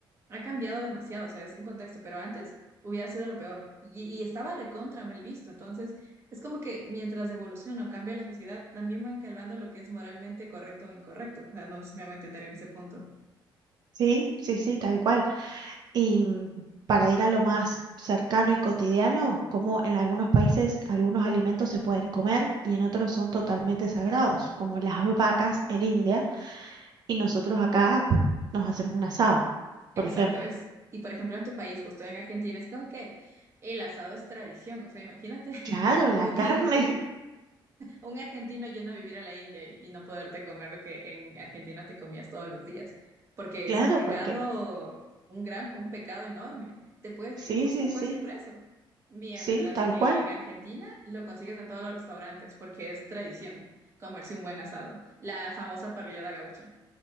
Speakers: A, on the right (about 30°); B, on the right (about 50°).
A: ha cambiado demasiado, o sea, es un contexto, pero antes hubiera sido lo peor y, y estaba recontra mal visto. Entonces, es como que mientras evoluciona o cambia la sociedad, también van calvando lo que es moralmente correcto o incorrecto. O sea, no sé si me va a entender en ese punto.
B: Sí, sí, sí, tal cual. Y mm, para ir a lo más cercano y cotidiano, como en algunos países algunos alimentos se pueden comer y en otros son totalmente sagrados, como las vacas en India, y nosotros acá nos hacemos un asado, por
A: Exacto,
B: ejemplo.
A: es, y por ejemplo en tu país, justo en Argentina, es como que el asado es tradición, o sea, imagínate <laughs>
B: Claro, la
A: un
B: carne,
A: hindú un argentino yendo a vivir a la India y y no poderte comer lo que en Argentina te comías todos los días,
B: <laughs>
A: porque
B: claro,
A: es un pecado,
B: porque
A: un gran, un pecado enorme. Te puedes
B: sí,
A: ir, incluso
B: sí,
A: te puedes
B: sí,
A: ir preso, mientras
B: sí, tal
A: que
B: cual.
A: en Argentina lo consigues en todos los restaurantes, porque es tradición comerse un buen asado, la famosa parrillada gaucha.